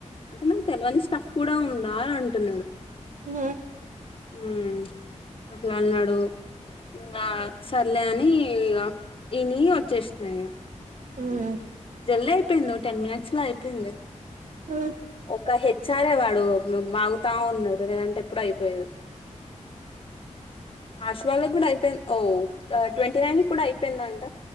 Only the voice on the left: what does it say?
అంటే నాకు తెలవని స్టఫ్ కూడా ఉందా అని అంటున్నడు.
ఊమ్ అట్లన్నడు ఇంగా సర్లే అని ఇగ ఇని వచ్చేసినా ఇగ
అంతే జల్దయిపోయింది ఒ టెన్ మినట్స్ ల అయిపోయింది.
ఒక హెచ్ఆరే వాడు వాగుతావున్నాడు లేదంటే ఎప్పుడో అయిపోయేది ఆశువాళగూడా అయిపోయింది ఓ ట్వంటీ నైన్ కూడా అయిపోయిందంట